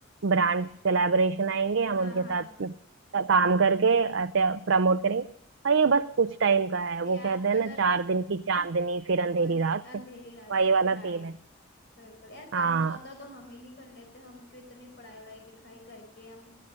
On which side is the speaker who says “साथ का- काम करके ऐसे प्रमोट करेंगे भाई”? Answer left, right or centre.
Right